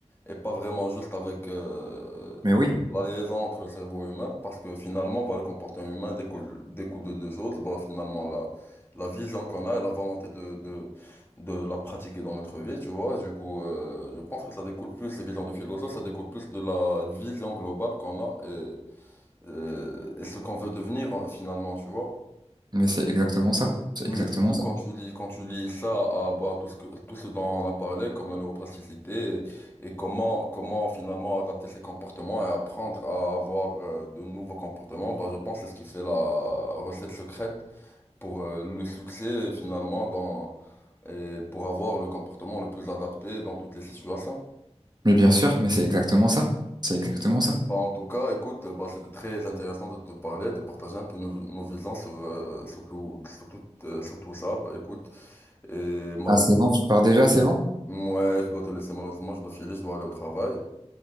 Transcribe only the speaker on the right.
Mais oui,
mais c'est exactement ça. C'est
exactement
ça.
Mais bien sûr, mais c'est exactement ça. C'est exactement ça.
Ah, c'est bon, tu pars déjà, c'est bon?